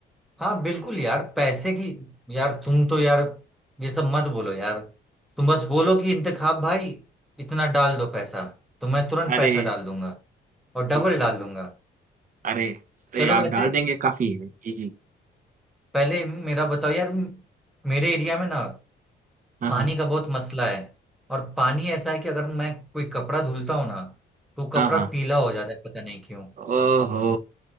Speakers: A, in the centre; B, on the right.
A: हाँ बिल्कुल यार पैसे की यार तुम तो यार ये सब मत बोलो यार तुम बस बोलो कि इंतखाब भाई इतना डाल दो पैसा तो मैं तुरंत
B: अरे
A: पैसा डाल दूंगा और डबल
B: ठीक है
A: डाल दूंगा
B: अरे अरे
A: चलो
B: आप
A: वैसे
B: डाल देंगे काफी है जी जी
A: पहले मेरा बताओ यार मेरे एरिया में ना
B: हाँ
A: पानी
B: हाँ
A: का बहुत मसला है और पानी ऐसा है कि अगर मैं कोई कपड़ा धुलता हूँ ना तो वो
B: हाँ
A: कपड़ा
B: हाँ
A: पीला हो जाता है पता नहीं क्यों
B: ओहो